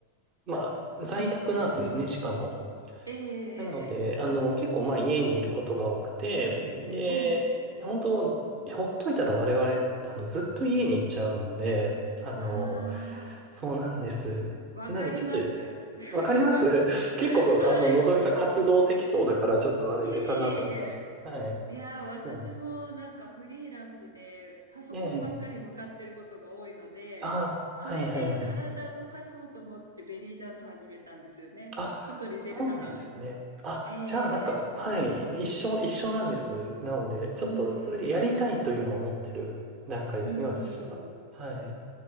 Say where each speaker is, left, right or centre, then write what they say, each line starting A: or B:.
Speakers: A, on the right (about 35°); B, on the right (about 80°).
A: ー、まあ、在宅なんですね、
B: うん。
A: しかも。
B: えええ
A: なので、
B: えええ。
A: あの、結構まあ家にいることが多くて、で、
B: うん。
A: 本当、ほっといたら我々、あの、ずっと家にいちゃうので、あの、
B: ああ、
A: そうなんです。
B: わかります。
A: なのでちょっと、
B: <laughs>
A: わかります <laughs> 結構、
B: はい。
A: あの、のぞみさん活動的そうだから、ちょっとあれかなと思ったんですけど。
B: いえいえいえ。
A: はい。
B: いやー、私もなんかフリーランスでパソコンばっかり向かってることが多いので、
A: そうなんです。ええ。ああ、
B: それで体動かそうと思ってベリーダンス始めたんですよね。
A: はいはいはい。あ、
B: 外に出るために。
A: そうなんですね。あ、
B: ええ
A: じゃあなんか、はい、一緒、一緒なんです。なので、ちょっとそれでやりたいと今思ってる段階ですね、
B: うんうんうん。うんうん
A: 私は。はい。